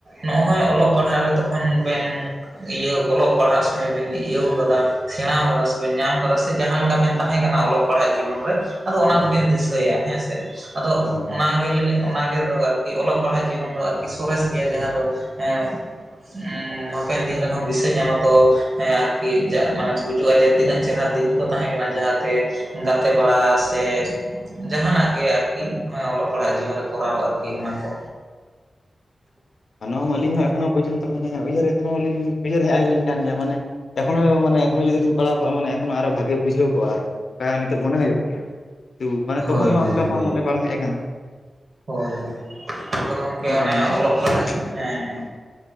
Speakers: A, on the right (about 55°); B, on the left (about 70°).
A: ᱱᱚᱜᱼᱚᱭ ᱚᱞᱚᱜ ᱯᱟᱲᱦᱟᱜ ᱨᱮ ᱛᱚᱠᱷᱚᱱ ᱵᱮᱱ ᱤᱭᱟᱹ ᱚᱞᱚᱜ ᱯᱟᱲᱦᱟᱜ ᱥᱚᱢᱚᱭ ᱵᱮᱱ ᱤᱭᱟᱹᱣ ᱠᱟᱫᱟ ᱥᱮᱬᱟ ᱠᱟᱫᱟ ᱥᱮᱵᱮᱱ ᱧᱟᱢ ᱠᱟᱫᱟ ᱥᱮ ᱡᱟᱦᱟᱸᱞᱮᱠᱟᱵᱱ ᱛᱟᱦᱮᱸ ᱠᱟᱱᱟ ᱚᱞᱚᱜ ᱯᱟᱲᱦᱟᱜ ᱡᱤᱭᱚᱱ ᱨᱮ ᱟᱫᱚ ᱚᱱᱟ
B: ᱦᱳᱭ
A: ᱠᱚᱵᱤᱱ
B: ᱦᱳᱭ
A: ᱫᱤᱥᱟᱹᱭᱟ ᱦᱮᱸᱥᱮ ᱟᱫᱚ
B: ᱦᱳᱭ
A: ᱚᱱᱟ ᱜᱮᱞᱤᱧ ᱚᱱᱟ ᱜᱮ ᱟᱨᱠᱤ ᱚᱞᱚᱜ ᱯᱟᱲᱦᱟᱜ ᱡᱤᱭᱚᱱ ᱫᱚ ᱟᱨᱠᱤ ᱥᱚᱨᱮᱥ ᱜᱮᱭᱟ ᱡᱟᱦᱟᱸ ᱫᱚ ᱮᱸ ᱩᱸᱦ ᱦᱟᱯᱮᱱ ᱫᱤᱱ ᱨᱮᱦᱚᱢ ᱫᱤᱥᱟᱹ ᱧᱟᱢᱟ ᱛᱚ ᱦᱮᱸ ᱟᱨᱠᱤ ᱢᱟᱱᱮ ᱵᱩᱡᱩᱜᱼᱟ ᱡᱮ ᱛᱤᱱᱟᱹᱜ ᱪᱮᱦᱨᱟ ᱫᱤᱱ ᱠᱚ ᱛᱟᱦᱮᱸ ᱠᱟᱱᱟ ᱡᱟᱦᱟᱸᱛᱮ ᱜᱟᱛᱮ ᱵᱟᱲᱟ ᱥᱮ ᱡᱟᱦᱟᱱᱟᱜ ᱜᱮ ᱟᱨᱠᱤ᱾ ᱚᱱᱟ ᱚᱞᱚᱜ ᱯᱟᱲᱦᱟᱜ
B: ᱦᱳᱭ
A: ᱡᱤᱭᱚᱱ ᱨᱮ ᱠᱚᱨᱟᱣ ᱟᱨᱠᱤ ᱚᱱᱟ ᱠᱚ᱾
B: ᱟᱨ ᱱᱚᱣᱟ ᱢᱟ ᱟᱹᱞᱤᱧ ᱦᱚᱸ ᱮᱠᱷᱚᱱᱳ ᱯᱚᱨᱡᱚᱱᱛᱚ ᱢᱟᱱᱮ ᱩᱭᱦᱟᱹᱨ ᱮᱸ ᱠᱷᱚᱱᱟᱞᱤᱧ ᱩᱭᱦᱟᱹᱨ ᱦᱮᱡ ᱟᱞᱤᱧ ᱠᱟᱱ ᱜᱮᱭᱟ ᱢᱟᱱᱮ ᱮᱠᱷᱚᱱᱚ ᱢᱟᱱᱮ ᱮᱠᱷᱚᱱᱚ ᱡᱩᱫᱤ ᱞᱤᱧ ᱯᱟᱲᱟᱣ ᱠᱚᱜᱼᱟ ᱢᱟᱱᱮ ᱮᱠᱷᱚᱱᱚ ᱟᱨᱦᱚ ᱵᱷᱟᱜᱤ ᱵᱩᱡᱷᱟᱹᱣ ᱠᱚᱜᱼᱟ ᱟᱨᱠᱤ᱾ ᱦᱮᱸ ᱱᱤᱛᱚᱜ ᱢᱚᱱᱮ ᱦᱩᱭᱩᱜ ᱜᱮᱭᱟ ᱛᱚ
A: ᱦᱳᱭ
B: ᱛᱚᱠᱷᱚᱱ ᱢᱟ
A: ᱦᱳᱭ
B: ᱚᱱᱠᱟ
A: ᱦᱳᱭ
B: ᱢᱟ ᱢᱚᱱᱮ ᱵᱟᱝ ᱦᱮᱡ ᱠᱟᱱᱟ᱾
A: ᱦᱳᱭ ᱦᱳ ᱟᱫᱚ ᱜᱚᱝᱠᱮ ᱚᱱᱮ
B: ᱢᱚᱱᱮ ᱦᱩᱭᱩᱜ
A: ᱚᱞᱚᱜ
B: ᱠᱟᱱ
A: ᱯᱟᱲᱦᱟᱜ
B: ᱜᱮᱭᱟ
A: ᱦᱮᱸ ᱦᱮᱸ ᱦᱮᱸ᱾